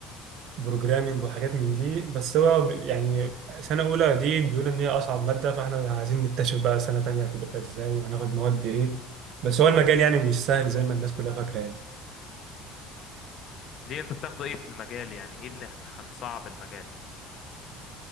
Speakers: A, on the right; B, on the left.
A: بروجرامنج وحاجات من دي بس هو بي- يعني سنة أولى دي بيقول إن هي أصعب مادة فإحنا عايزين نكتشف بقى سنة تانية هتبقى إزاي وهناخد مواد إيه بس هو المجال يعني مش سهل زي ما الناس كلها فاكرة يعني
B: مم. ليه انتوا بتاخدوا ايه في المجال يعني ايه اللي مم. مصعب المجال